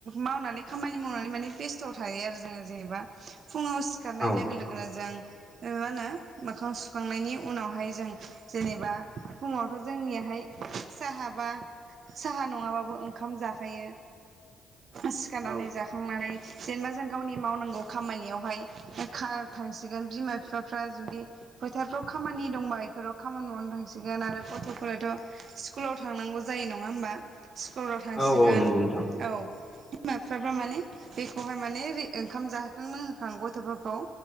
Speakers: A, on the right; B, on the left.
A: मावनानै खामानि मावनानै माने बेस्थ थायो आरो जोङो जेनेबा। फुङाव सिखारनाय
B: औ
A: लोगो लोगोनो जों ओ मा होनो मोखां सुखांनायनि उनावहाय जों जेनेबा फुङावथ जोंनियाहाय साहा बा साहा नङाबाबो ओंखाम जाखायो। सिखारनानै जा थांनानै जेनेबा जों गावनि मावनांगौ खामानियावहाय <unintelligible> सिगोन बिमा बिफाफ्रा जुदि फोथारफ्राव खामानि दंबा बेफोराव खामानि मावनो थांसिगोन आरो गथ'फोराथ स्कुलाव थांनांगौ जायो नङा होमबा? स्कुलाव थांसिगोन
B: औ औ नंगौ नोंथां
A: औ बिमा बिफाफ्रा माने बेखौहाय माने ओंखाम जाहोखां लोंहोखां गथ'फोरखौ